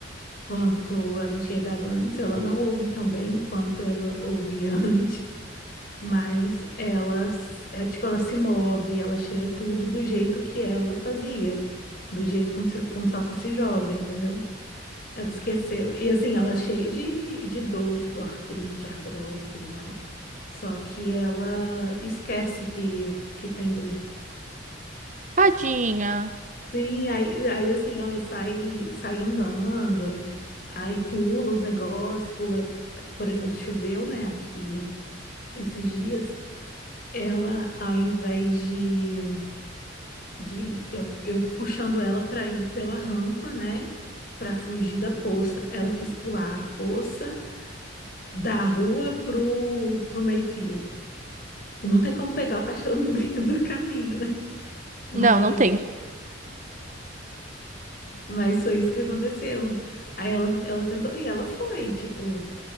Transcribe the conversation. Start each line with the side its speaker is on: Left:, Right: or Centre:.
Left: quanto ela enxergava antes. Ela não ouve tão bem quanto ela ouvia <laughs> antes, mas ela, s- é, tipo, ela se move, ela cheira tudo do jeito que ela fazia, do jeito como se, como se ela fosse jovem, entendeu? Ela esqueceu. E assim, ela é cheia de, de dor, tipo artrite, artrose e tudo mais. Só que ela esquece que, que tem dor.
Right: Tadinha.
Left: Sim, aí, aí assim, ela sai, sai andando, aí pula os negócios, pula, por exemplo, choveu, né, aqui esses dias, ela, ao invés de, de eu, eu puxando ela para ir pela rampa, né, para fugir da poça, ela quis pular a poça da rua pro, pro meio-fio. E não tem como pegar o cachorro no <laughs> meio do caminho, né? Mas,
Right: Não, não tem.
Left: mas foi isso que aconteceu. Aí ela, ela tentou, e ela foi, tipo.